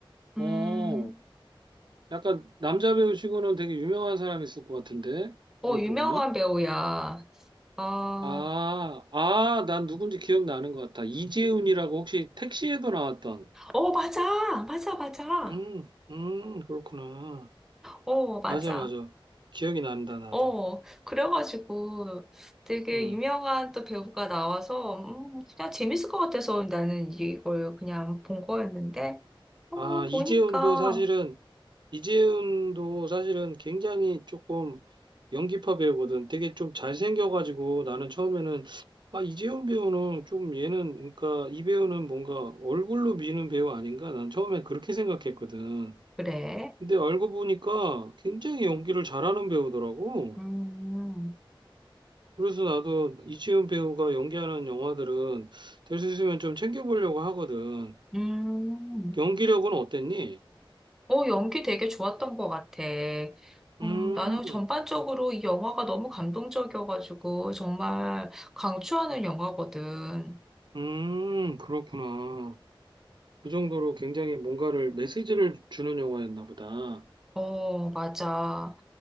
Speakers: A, on the right; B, in the centre.
A: 어,
B: 음,
A: 약간 남자 배우치고는 되게 유명한 사람이 있을 것 같은데,
B: 어,
A: 이게
B: 유명한
A: 보면.
B: 배우야. 아,
A: 아, 아, 난 누군지 기억나는 것 같아. 이재훈이라고 혹시 택시에도 나왔던.
B: 어, 맞아. 맞아, 맞아.
A: 음, 음, 그렇구나.
B: 어, 맞아.
A: 맞아, 맞아. 기억이 난다, 나도.
B: 어, 그래가지고 되게
A: 음.
B: 유명한 또 배우가 나와서 음, 그냥 재밌을 것 같아서 나는 이걸 그냥 본 거였는데, 어,
A: 아,
B: 보니까,
A: 이재훈도 사실은, 이재훈도 사실은 굉장히 조금 연기파 배우거든. 되게 좀 잘생겨가지고 나는 처음에는, 아, 이재훈 배우는 좀 얘는, 그러니까 이 배우는 뭔가 얼굴로 미는 배우 아닌가? 난 처음엔 그렇게 생각했거든.
B: 그래.
A: 근데 알고 보니까 굉장히 연기를 잘하는 배우더라고.
B: 음,
A: 그래서 나도 이재훈 배우가 연기하는 영화들은 될 수 있으면 좀 챙겨보려고 하거든.
B: 음.
A: 연기력은 어땠니?
B: 어, 연기 되게 좋았던 것 같아.
A: 음.
B: 음, 나는 전반적으로 이 영화가 너무 감동적이어가지고 정말 강추하는 영화거든.
A: 음, 그렇구나. 그 정도로 굉장히 뭔가를 메시지를 주는 영화였나 보다.
B: 어, 맞아.